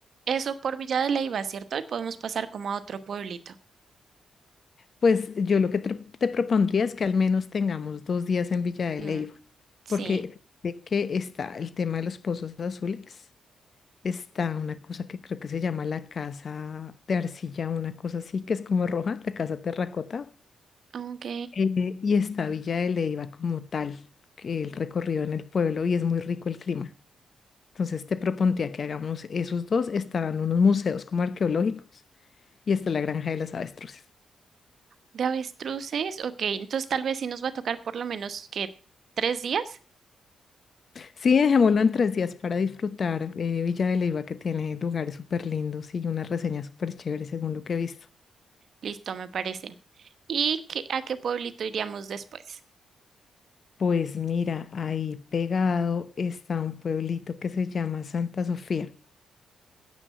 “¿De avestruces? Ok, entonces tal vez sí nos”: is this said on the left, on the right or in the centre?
Right